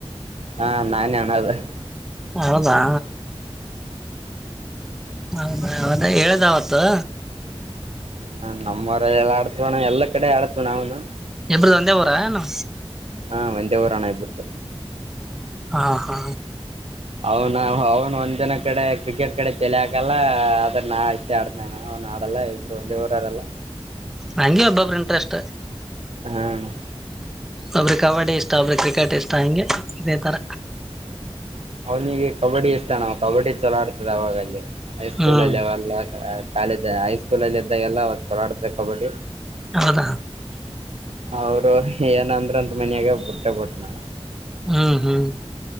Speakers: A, on the right; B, in the centre.
A: ಹಾ ನಾನನ್ನದು
B: ಹೌದಾ ಹೌದ ಅವದ ಹೇಳ್ದ್ ಅವತ್ತು
A: ಹ ನಮ್ಮ್ವರ ಎ ಆಡ್ತವಣ ಎಲ್ಲಾ ಕಡೆ ಆಡತವ ನಾವ್ನು
B: ಇಬ್ಬರು ತಂದೆವರನು
A: ಹಾ ವಂದೇ ಹಊರ ಹಾಣ ಆಗ್ಬಡ್ತು
B: ಹಾ ಹಾ
A: ಅವನ ಅವ್ನು ಒಂದ್ ಜನ ಕಡೆ ಕ್ರಿಕೆಟ್ ಕಡೆ ಚಲೆ ಹಾಕಲ್ಲ ಆದ್ರ ನಾ ಇಷ್ಟೇ ಆಡ್ತ ಅವ್ನ್ ಆಡಲ್ಲ ಇಬ್ರು ಒಂದೇ ಊರು ಆಡಲ್ಲ
B: ಹಂಗೆ ಒಬ್ಬಬ್ ಇಂಟ್ರಸ್ಟ್
A: ಹ್ಮ
B: ಒಬ್ರಿ ಕಬಡ್ಡಿ ಇಷ್ಟ ಒಬ್ರಿ ಕ್ರಿಕೆಟ್ ಇಷ್ಟ ಹಂಗೆ ಇದೇ ತರ
A: ಅವ್ನಿಗೆ ಕಬಡ್ಡಿ ಇಷ್ಟ ನವು ಕಬಡ್ಡಿ ಚಲೋ ಆಡ್ತದೆ ಅವಾಗಲ್ಲಿ ಹೈ ಸ್ಕೂಲಲ್ಲಿ
B: ಹ್ಮ್
A: ಅವಲ್ಲ ಕಾಲೇಜ್ ಹೈಸ್ಕೂಲ್ಲ್ಲಿ ಇದ್ದಾಗೆಲ್ಲ ಒಂದು ಚಲಾಡತದೆ ಕಬಡ್ಡಿ.
B: ಹೌದಾ
A: ಅವರು ಏನಂದ್ರ ಅಂತಾ ಮನೆಯಾಗ್ ಬಿಟ್ಟ ಬಿಟ್ಟ ನಾನ್
B: ಹ್ಮ್ ಹ್ಮ್